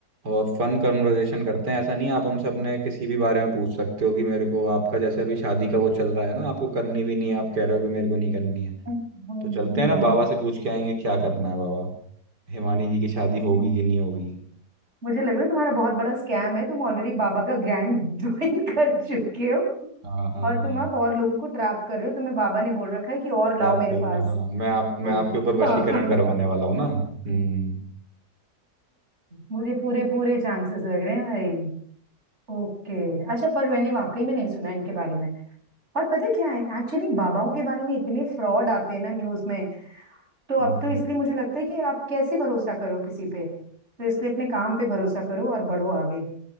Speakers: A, on the right; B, on the right.
A: और फन कन्वर्सेशन करते हैं ऐसा नहीं है, आप उनसे अपने किसी भी बारे में पूछ सकते हो कि मेरे को आपका जैसे अभी शादी का वो चल रहा है ना आपको करनी भी नहीं है आप कह रहे हो कि मेरे को नहीं करनी है
B: हम्म। हम्म,
A: तो चलते
B: हम्म,
A: हैं ना बाबा से पूछ के आएंगे क्या करना है बाबा हिमानी जी की शादी होगी
B: हम्म।
A: कि नहीं होगी
B: मुझे लग रहा है तुम्हारा बहुत बड़ा स्कैम है तुम ऑलरेडी बाबा का गैंग ज्वाइन <laughs> कर चुके हो
A: हाँ हाँ
B: और तुम
A: हाँ
B: अब और लोगों को ट्रैप कर रहे हो तुम्हें बाबा ने बोल रखा है कि और लाओ
A: रैप
B: मेरे
A: कर रहे
B: पास
A: हो हाँ मैं आप
B: लोग
A: मैं आपके ऊपर वशीकरण
B: <laughs>
A: करवाने वाला हूँ ना हम्म
B: मुझे पूरे पूरे चांसेस लग रहे हैं भाई ओके अच्छा पर मैंने वाकई में नहीं सुना इनके बारे में और पता क्या है एक्चुअली बाबाओं के बारे में इतने फ्रॉड आते हैं ना न्यूज में तो अब
A: हम्म।
B: तो इसलिए मुझे लगता है कि आप कैसे भरोसा करो किसी पे तो इसलिए अपने काम पे भरोसा करो और बढ़ो आगे